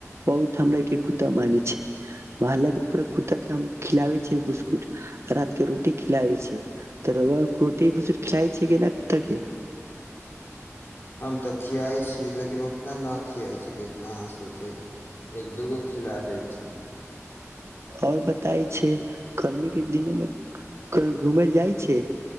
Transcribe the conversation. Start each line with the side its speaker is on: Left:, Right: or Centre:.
Right: बहुत हमरा के कुत्ता मानै छै मोहल्ला के कुत्ता के हम खिलाबे छ बिस्कुट रात के रोटी खिलाबे छ त रोटी बिस्कुट खिलए छै के नहि कुत्ता के
Left: हम तऽ खियाइ छै लेकिन उतना नहि खियाइ छी जितना अहाँ सोचै छी एक दू गो खिला दै छी
Right: आओर बताय छै गर्मी के दिनोमे घूमै ल जाइ छै